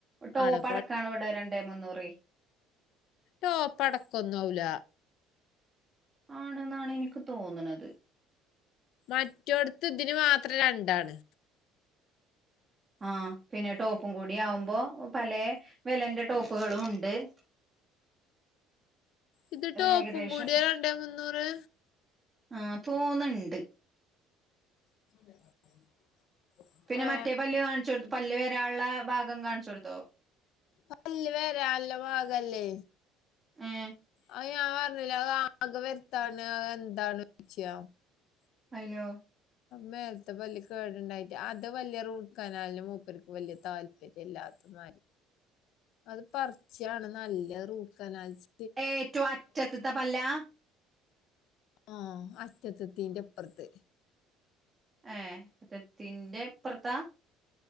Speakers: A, on the right; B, on the left.
A: ടോപ്പ്
B: ആടെ
A: അടക്കാണ ഇവിടെ രണ്ടേ മുന്നൂറേ
B: ടോപ്പടക്കൊന്നാവൂല
A: ആണ്ന്നാണ് ഇനിക്ക് തോന്നണത്
B: മറ്റോട്ത്ത് ഇതിന് മാത്രം രണ്ടാണ് <unintelligible>
A: ആഹ് പിന്നെ ടോപ്പും കൂടി ആവുമ്പോ പലേ വെലന്റെ ടോപ്പുകളൂടി ഉണ്ട് <inaudible>
B: ഇത് ട്ടോപ്പും
A: ഏകദേശം
B: കൂടിയ രണ്ടേ മുന്നൂറ്
A: ആ തോന്ന്ണണ്ട്
B: <unintelligible>
A: പിന്നെ
B: ഏ
A: മറ്റേ പല്ല് കാണിച്ചു കൊടു പല്ല് വരാനുള്ള ഭാഗം കാണിച്ചു കൊടുത്തോ?
B: പല്ല് <unintelligible> ഭാഗല്ലേ
A: ഏ
B: അത് ഞാൻ പറഞ്ഞില്ല അത് ആകെ വരുത്താണ് അ എന്താണ് ചെയ്യാ <unintelligible>
A: അയിലോ
B: മേലത്തെ പല്ല് കേടുണ്ടായിട്ട് അത് വലിയ റൂട്ട്കനാൽ മൂപ്പർക്ക് വല്യ താല്പര്യം ഇല്ലാന്ന് അത് പറിച്ചാണ് നല്ല റൂട്ട്കനാല് ചെ
A: ഏറ്റവും അറ്റത്തത്ത പല്ലാ
B: ആ അറ്റത്തത്തിന്റെപ്പുറത്ത്
A: ആ അറ്റത്തിന്റെപ്രത്താ